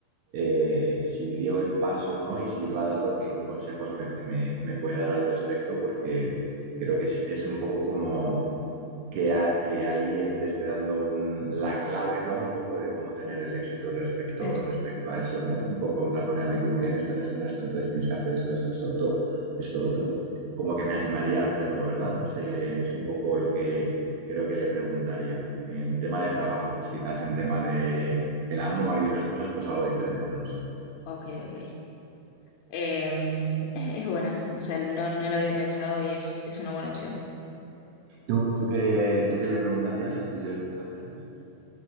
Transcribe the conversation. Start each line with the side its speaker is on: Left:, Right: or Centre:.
Right: eh, si dio el paso o no y si lo ha dado, qué, qué consejos me, me- me puede dar al respecto, porque creo que es, es un poco como que, a- que alguien te esté dando un- la clave, ¿no? Un poco de cómo tener el éxito respecto,
Left: Claro.
Right: respecto a eso, ¿no? Un poco en plan, pues mira, me equivoqué en esto, en esto, en esto, entonces tienes que hacer esto, esto, esto, otro, esto, otro. Como que me animaría a hacerlo, ¿verdad? No sé, es un poco lo que creo que le preguntaría. En tema de trabajo, pues quizás en tema de el amor y esas cosas, pues algo diferente, no lo sé.
Left: ok, ok. Em, es, es buena, o sea, no, no la había pensado y es, es una buena opción.
Right: ¿Tú, tú qué, tú qué le preguntarías a tu yo de cincuenta años?